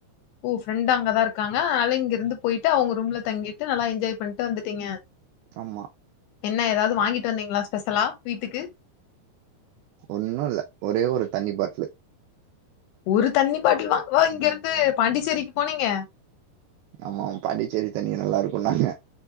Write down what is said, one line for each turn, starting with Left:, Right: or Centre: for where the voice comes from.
Left: ஓ ஃப்ரெண்ட் அங்க தா இருகாங்க அய்ல இங்க இருந்து போயிட்டு அவுங்க ரூம்ல தங்கிட்டு நல்லா என்ஜாய் பண்ணிட்டு வந்துட்டீங்க
Right: ஆமா
Left: என்ன எதாவுது வாங்கிட்டு வந்தீங்களா ஸ்பெஷலா வீட்டுக்கு
Right: ஒன்னு இல்ல ஒரே ஒரு தண்ணி பாட்லு
Left: ஒரு தண்ணி பாட்டில் வாங்கவா இங்கிருந்து பாண்டிச்சேரிக்கு போனீங்க
Right: ஆமா பாண்டிச்சேரி தண்ணி நல்லாருக்குன்னாங்க